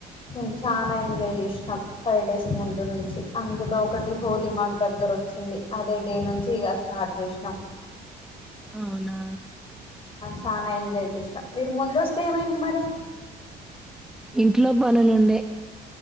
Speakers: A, on the left; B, in the centre.
A: మేము చాలా ఎంజాయ్ చేసినాం ఫైవ్ డేస్ ముందు నుంచి అందులో ఒకటి హోలీ మాకు దగ్గర, వచ్చింది అదే డే నుంచి ఇక స్టార్ట్ చేసినాం
B: అవునా
A: చాలా ఎంజాయ్ చేస్తాం మీరు ముంద వస్తే ఏమైంది మరి
B: ఇంట్లో పనులు ఉండే